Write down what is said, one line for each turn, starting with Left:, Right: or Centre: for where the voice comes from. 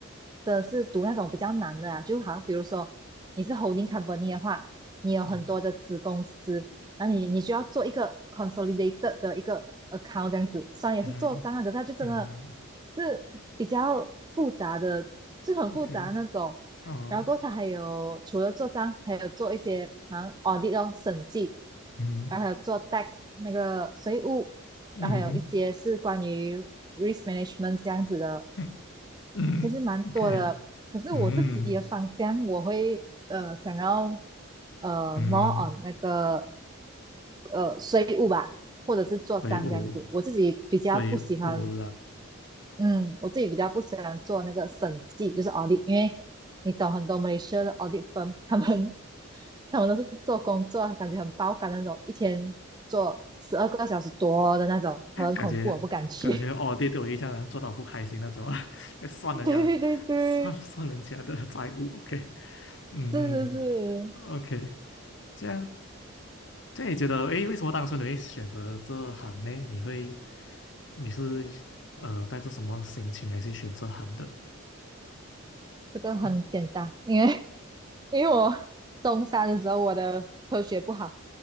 Right: 真的是读那种比较难的啊，就好像比如说你是 holding company 的话。你有很多的子公司，
Left: 嗯
Right: 然后你你需要做一个 consolidated 的一个 account 这样子，虽然也是做账啊，
Left: 嗯嗯
Right: 可是它就真的
Left: 嗯哼
Right: 是比较复杂的，是很复杂的那种。
Left: ，OK，哦，
Right: 然后过它还有除了做账，还有做一些好像 audit 哦审计，
Left: 嗯
Right: 然后还有做 tax 那个税务，
Left: 嗯哼
Right: 然后还有一些是关于 risk management 这样子的
Left: 嗯嗯，OK，
Right: 其实蛮多的。可是我自己的方向，
Left: 嗯
Right: 我会呃想要呃
Left: 嗯，
Right: more on 那个呃税务吧，或者是做账这样子。
Left: 所以我
Right: 我自己比较不喜欢，
Left: 所以我
Right: 嗯，我自己比较不喜欢做那个审计，就是 audit，因为你懂很多 Malaysia 的 audit firm，<laughs> 他们他们都是做工作，感觉很爆肝那种，一天做十二个小时多的那种，很恐怖，
Left: 感觉感觉哦，
Right: 我不敢去。
Left: 对对我印象做到不开心那种啊，<laughs> 算人家算算人家的债务，OK，
Right: <laughs> 对对对，
Left: 嗯，OK，
Right: 是是是，
Left: 这样这样你觉得，诶，为什么当初你会选择这行呢？你会你是呃带着什么心情来去选这行的？
Right: 这个很简单，
Left: 嗯
Right: 因为 <laughs> 因为我中三的时候我的科学不好，